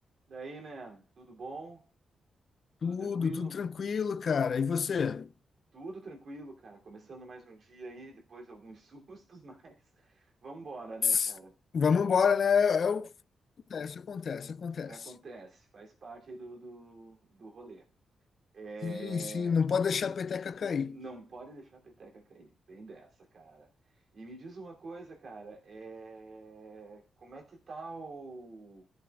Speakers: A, on the right; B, on the left.
A: Daí, man, tudo bom? Tudo
B: Tudo,
A: tranquilo?
B: tudo tranquilo, cara. E você?
A: Tudo tranquilo, cara. Começando mais um dia aí, depois alguns <laughs> sustos, mas vamos embora, né,
B: Tss,
A: cara?
B: Vamos embora, né? É o- Acontece, acontece, acontece.
A: Acontece, faz parte aí do, do, do rolê. É,
B: Sim, sim, não pode deixar a peteca cair.
A: Não pode deixar a peteca cair, bem dessa, cara. E me diz uma coisa, cara, é... como é que tá o...